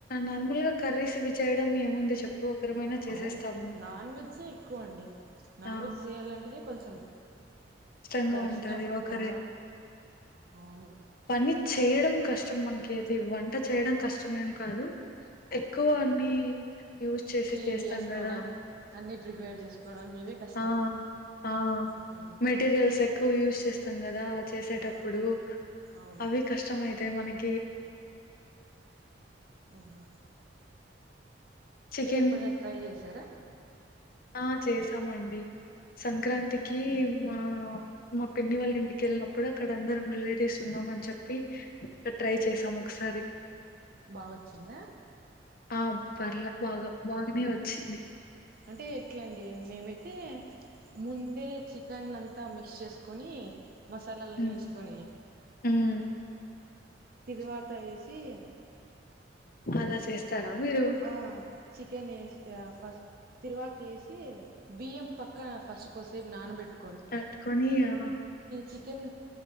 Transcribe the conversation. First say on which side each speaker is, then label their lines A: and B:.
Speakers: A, on the left; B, on the right.
A: నార్మల్ గా కర్రీస్ ఇవి చేయడం ఏముంది చెప్పు ఒకరమైనా చేసేస్తాము.
B: అవును నాన్ వెజ్ ఎక్కువ అండి నాన్
A: ఆ!
B: వెజ్ చేయాలంటేనే కొంచెం
A: ఉ
B: కష్టం
A: ఒక
B: ఆ అవును
A: అన్ని చేయడం కష్టం మనకి అది వంట చేయడం కష్టం ఏం కాదు ఎక్కువ అన్ని యూస్ చేసి
B: క్లీన్
A: చేస్తాం
B: చేసుకోవడం
A: కదా
B: అన్ని ప్రిపేర్ చేసుకోవడం ఇవే కష్టం
A: ఆ ఆ
B: ఆ
A: మెటీరియల్స్ ఎక్కువ యూస్ చేస్తాం కదా చేసేటప్పుడు
B: ఆ అవును
A: అవి కష్టంమయిత తే మనకి
B: ఆఉ
A: చికెన్
B: మీరు ఎప్పుడైనా ట్రై చేసారా
A: ఆ చేసామండి సంక్రాంతికి మా మ పిన్ని వాళ్ళ ఇంటిక వెళ్ళినప్పుడు అక్కడ అందరం రిలేటివ్స్ ఉన్నామని చెప్పి అక్కడ ట్రై చేశాం ఒకసారి
B: బావొచ్చిందా
A: ఆ పర్లే బాగా బాగానే వచ్చింది
B: అంటే ఎట్లాండి మేమైతే ముందే చికెన్ అంతా మిక్స్ చేసుకొని మసాలాలని
A: ఉమ్
B: ఏస్కొని
A: ఉమ్
B: తిరువాత ఏసి
A: అలా చేస్ స్తారా మీరు
B: ఆ చికెన్ ఏస్ ఫస్ తరువాతి వేసి బియ్యం పక్కన ఫస్ట్ కొద్దిసేపు నానబెట్టు
A: తత్ త్కోని ఆ
B: చికెన్